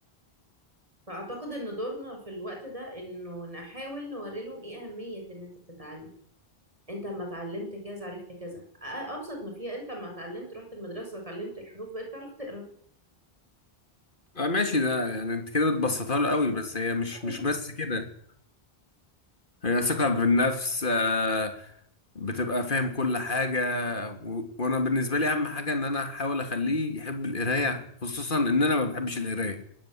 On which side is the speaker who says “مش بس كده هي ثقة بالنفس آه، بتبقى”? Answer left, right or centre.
Left